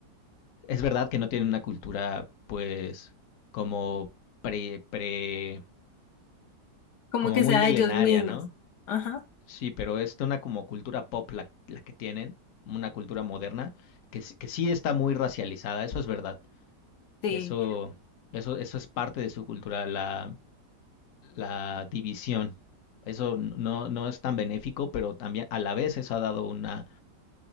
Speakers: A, on the left; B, on the left.
A: Es verdad que no tienen una cultura, pues, como pre, pre,
B: Como
A: como
B: que
A: muy
B: sea
A: milenaria,
B: ellos mismos.
A: ¿no?
B: Ajá,
A: Sí, pero es una como cultura pop la, la que tienen, una cultura moderna, que, s- que sí está muy racializada, eso es verdad.
B: sí.
A: Eso, eso, eso es parte de su cultura, la la división. Eso no, no es tan benéfico, pero también a la vez eso ha dado una,